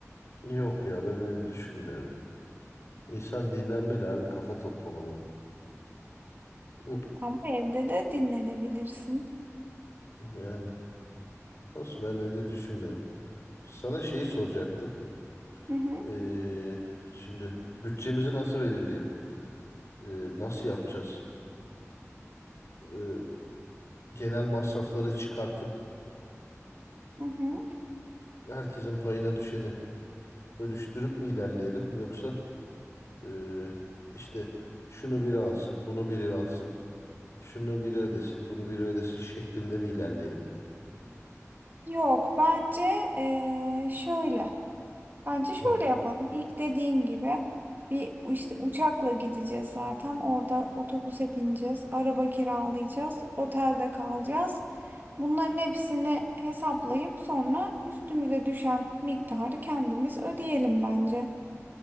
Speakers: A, on the left; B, on the right.
A: Yok ya ben öyle düşünmüyorum. İnsan dinlenmeli abi kafa toplamalı. Hı,
B: Ama evde de dinlenebilirsin.
A: Yani nasıl ben öyle düşünmüyorum. Sana şeyi soracaktım.
B: Hı hı,
A: Ee, şimdi bütçemizi nasıl belirleyelim? Ee, nasıl yapacağız? e, genel masrafları çıkartıp
B: hı hı.
A: herkesin payına düşeni bölüştürüp mi ilerleyelim yoksa e, işte şunu biri alsın, bunu biri alsın, şunu biri ödesin, bunu biri ödesin şeklinde mi ilerleyelim?
B: Yok bence eee, şöyle. Bence şöyle
A: Hı.
B: yapalım. İlk dediğin gibi bir işte uçakla gideceğiz zaten. Orada otobüse bineceğiz. Araba kiralayacağız. Otelde kalacağız. Bunların hepsini hesaplayıp sonra üstümüze düşen miktarı kendimiz ödeyelim bence.